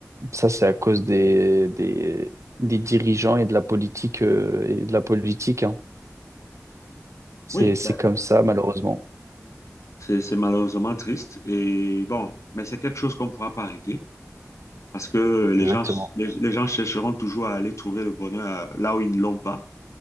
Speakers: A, on the right (about 65°); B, on the left (about 65°).
A: Ça, c'est à cause des, des, des dirigeants et de la politique, euh, et de la politique, hein. C'est,
B: Oui,
A: c'est
B: ben,
A: comme ça, malheureusement.
B: c'est c'est malheureusement triste. Et bon, mais c'est quelque chose qu'on ne pourra pas arrêter parce que les
A: Exactement.
B: gens, les, les gens chercheront toujours à aller trouver le bonheur euh, là où ils ne l'ont pas.